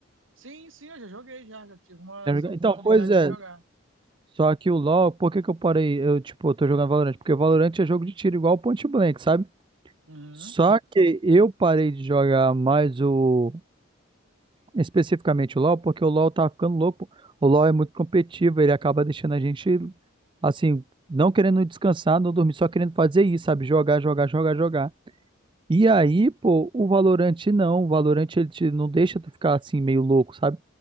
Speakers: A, on the right; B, on the right.
A: Sim, sim, eu já joguei, já, já tive uma
B: Já jogou?
A: oportunidade
B: Então, pois é.
A: de jogar.
B: Só que o LOL, por que que eu parei? Eu, tipo, eu tô jogando Valorant? Porque Valorant é jogo de tiro igual o Point Blank, sabe?
A: Uhum.
B: Só que eu parei de jogar mais o. especificamente o LoL, porque o LoL tá ficando louco. O LoL é muito competitivo, ele acaba deixando a gente, assim, não querendo descansar, não dormir, só querendo fazer isso, sabe? Jogar, jogar, jogar, jogar. E aí, pô, o Valorant não. O Valorant, ele te, não deixa tu ficar, assim, meio louco, sabe?